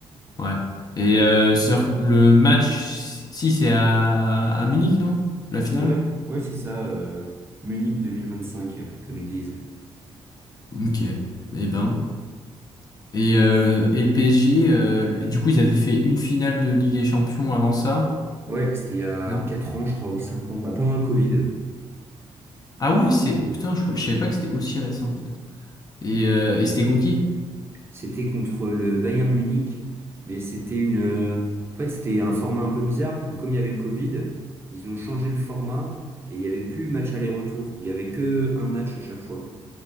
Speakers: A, on the left; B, on the right.
A: Ouais. Et euh, sur le match, si c'est à, à Munich, non? La finale?
B: Ouais, ouais, c'est ça, euh, Munich cinq comme ils disent.
A: Ok. Eh ben. Et, euh, et le PSG, euh, du coup, ils avaient fait une finale de Ligue des Champions avant ça.
B: Ouais, c'était il y a
A: Non?
B: 4 ans, je crois, ou 5 ans, bah, pendant le Covid.
A: Ah ouais, c'est. Putain, je, crois- je savais pas que c'était aussi récent, en fait. Et, euh, et c'était conquis?
B: C'était contre le Bayern de Munich, mais c'était une... euh, En fait, c'était un format un peu bizarre, parce que comme il y avait le Covid, ils ont changé le format, et il n'y avait plus match aller-retour. Il n'y avait que un match à chaque fois.